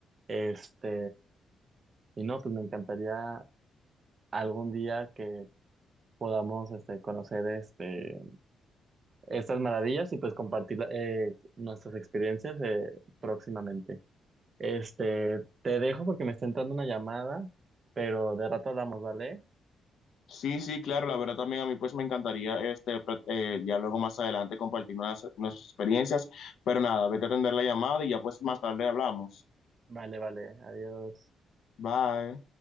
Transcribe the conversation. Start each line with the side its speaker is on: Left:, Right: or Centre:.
Right: Este, y no, pues me encantaría algún día que podamos este, conocer este, estas maravillas y pues compartir eh, nuestras experiencias eh, próximamente. Este, te dejo porque me está entrando una llamada, pero de rato hablamos, ¿vale?
Left: Sí, sí, claro, la verdad también a mí pues me encantaría este pra- eh, ya luego más adelante compartir nuestras, nuestras experiencias, pero nada, vete a atender la llamada y ya pues más tarde hablamos.
Right: Vale, vale, adiós.
Left: Bye.